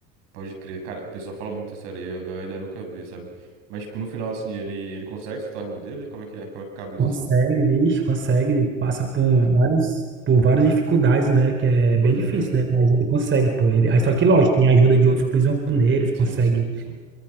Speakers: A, on the right; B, on the right.
A: Pode crer. Cara, o pessoal fala muito essa série. Eu, eu ainda nunca vi, sabe? Mas, tipo, no final, assim, ele, ele consegue soltar o irmão dele? Como é que é? Como é que acaba isso,
B: Consegue,
A: assim?
B: vixe, consegue, ele passa por vários, por várias dificuldades, né? Que é
A: Pode
B: bem difícil,
A: crer.
B: né? Mas ele consegue, pô. Ele,
A: É.
B: aí só que, lógico, tem a ajuda de outros prisioneiros, consegue,
A: Sim, sim, sim.